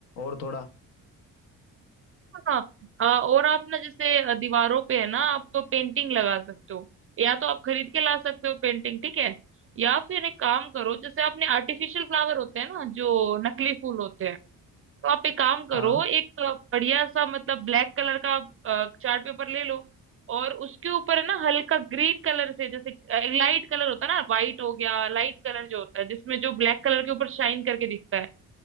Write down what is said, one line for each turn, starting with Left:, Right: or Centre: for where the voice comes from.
Left: और थोड़ा
Right: हाँ आ, और आप ना जैसे अ, दीवारों पे है ना आप तो पेंटिंग लगा सकते हो या तो आप खरीद के ला सकते हो पेंटिंग ठीक है या फिर एक काम करो जैसे आपने आर्टिफिशियल फ्लावर होते हैं ना जो नकली फूल होते हैं तो आप एक काम करो
Left: हाँ
Right: एक अ, बढ़िया सा मतलब ब्लैक कलर का चार्ट पेपर ले लो और उसके ऊपर है ना हल्का ग्रीन कलर से जैसे लाइट कलर होता है ना वाइट हो गया लाइट कलर जो होता है जिसमें जो ब्लैक कलर के ऊपर शाइन करके दिखता है